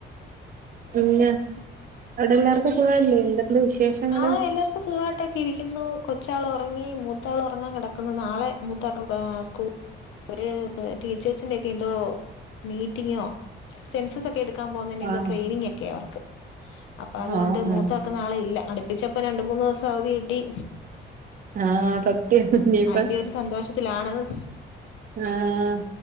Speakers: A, on the right; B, on the left.
A: പിന്നെ അവിടെ എല്ലാർക്കും സുഖല്ലേ എന്തൊണ്ട് വിശേഷങ്ങള്
B: ആ എല്ലാർക്കും സുഖമായിട്ടൊക്കെ ഇരിക്കുന്നു കൊച്ചാൾ ഉറങ്ങി മൂത്താൾ ഉറങ്ങാൻ കിടക്കുന്നു നാളെ മൂത്തക്ക്‌ സ്കൂ ഒര് ടീച്ചേഴ്സിന്റോക്കെ എന്തോ മീറ്റിങ്ങോ സെൻസസ് ഒക്കെ എടുക്കാൻ പോകുന്നതിന്റെ എന്തോ
A: ആഹ്
B: ട്രെനിങ് ഒക്കെ അവർക്ക് അപ്പൊ അതുകൊണ്ട്
A: ആഹ്
B: മൂത്ത
A: ആഹ്
B: ആക്ക്‌ നാളെ ഇല്ല അടുപ്പിച്ചപ്പോ രണ്ട മൂന്ന് ദിവസം അവധി കിട്ടി
A: ആഹ് സത്യ ഇനിപ്പോ
B: അയിന്റെ ഒരു സന്തോഷത്തിലാണ്
A: ആഹ്